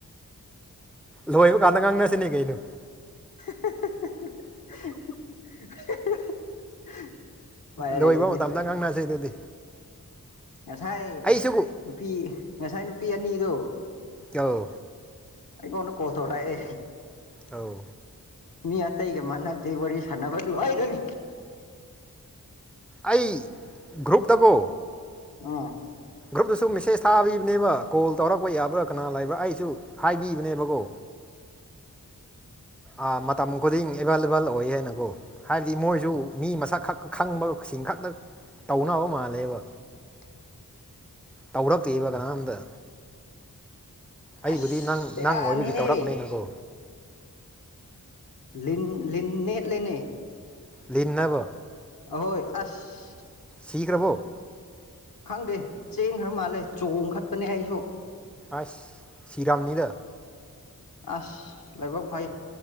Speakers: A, in the centre; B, on the left (about 75°).
A: ꯂꯣꯏꯕ ꯀꯥꯟꯗ ꯉꯥꯡꯅꯁꯦꯅꯦ ꯀꯩꯅꯣ
B: <unintelligible> ꯎꯄꯥꯏ
A: ꯂꯣꯏꯕ
B: ꯂꯩꯖꯅꯤ
A: ꯃꯇꯝꯗ ꯉꯥꯡꯅꯁꯦ ꯑꯗꯨꯗꯤ
B: ꯉꯁꯥꯏ
A: ꯑꯩꯁꯨ
B: ꯅꯨꯄꯤ ꯉꯁꯥꯏ ꯅꯨꯄꯤ ꯑꯅꯤꯗꯣ
A: ꯑꯧ
B: ꯑꯩꯉꯣꯟꯗ ꯀꯣꯜ ꯇꯧꯔꯛꯑꯦ
A: ꯑꯥꯎ
B: ꯃꯤ ꯑꯇꯩꯒ ꯃꯥꯟꯅꯗꯦ ꯋꯥꯔꯤ ꯁꯥꯟꯅꯕꯗꯨ ꯑꯥꯢꯗꯩ
A: ꯑꯩ ꯒ꯭ꯔꯨꯨꯞꯇꯀꯣ
B: ꯎꯝ
A: ꯒ꯭ꯔꯨꯞꯇꯁꯨ ꯃꯦꯁꯦꯁ ꯊꯥꯕꯤꯕꯅꯦꯕ ꯀꯣꯜ ꯇꯧꯔꯛꯄ ꯌꯥꯕ꯭ꯔꯥ ꯀꯅꯥ ꯂꯩꯕ꯭ꯔꯥ ꯑꯩꯁꯨ ꯍꯥꯏꯕꯤꯕꯅꯦꯕꯀꯣ
B: <inaudible>
A: ꯑ ꯃꯇꯝ ꯈꯨꯗꯤꯡ ꯑꯦꯚꯥꯏꯂꯦꯕꯜ ꯑꯣꯏꯌꯦ ꯍꯥꯏꯅꯀꯣ ꯍꯥꯏꯕꯗꯤ ꯃꯣꯏꯁꯨ ꯃꯤ ꯃꯁꯛ ꯈꯛ ꯈꯪꯕ ꯁꯤꯡ ꯈꯛꯇ ꯇꯧꯅꯕ ꯃꯥꯜꯂꯦꯕ
B: <inaudible>
A: ꯇꯧꯔꯛꯇꯦꯕ ꯀꯅꯥꯝꯇ ꯑꯩꯕꯨꯗꯤ
B: ꯑꯁ
A: ꯅꯪ
B: ꯕꯦꯔꯥꯅꯤꯍꯦ
A: ꯅꯪ ꯑꯣꯏꯕꯒꯤ ꯇꯧꯔꯛꯄꯅꯦꯅꯀꯣ
B: ꯂꯤꯟ ꯂꯤꯟ ꯅꯦꯠꯂꯦꯅꯦ
A: ꯂꯤꯟꯅꯕ
B: ꯑꯍꯣꯏ ꯑꯁ
A: ꯁꯤꯈ꯭ꯔꯕꯣ
B: ꯈꯪꯗꯦ ꯆꯦꯟꯈ꯭ꯔꯕ ꯃꯥꯜꯂꯦ ꯆꯣꯡꯈꯠꯄꯅꯦ ꯑꯩꯁꯨ
A: ꯑꯁ ꯁꯤꯔꯝꯅꯤꯗ
B: ꯑꯁ ꯂꯥꯏꯕꯛ ꯐꯩ